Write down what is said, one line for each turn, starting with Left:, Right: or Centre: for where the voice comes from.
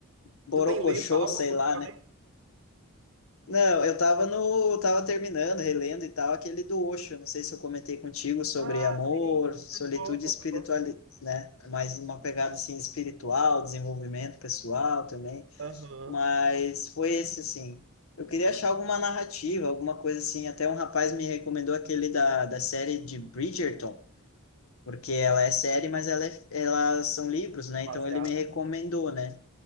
Left: borocochô,
Right: Tu tem lido algo
Left: sei
Right: ultimamente?
Left: lá, né? Não, eu tava no, tava terminando, relendo e tal, aquele do Osho, não sei se eu comentei contigo sobre
Right: Ah,
Left: amor,
Right: sim,
Left: solitude
Right: um pouco,
Left: e espiritualidade,
Right: um pouco sim.
Left: né? Mais uma pegada assim espiritual, desenvolvimento pessoal também.
Right: Aham,
Left: Mas foi esse, assim. Eu queria achar alguma narrativa, alguma coisa assim. Até um rapaz me recomendou aquele da, da série de Bridgerton, porque ela é série, mas ela é, elas são livros, né? Então
Right: baseada.
Left: ele me recomendou, né?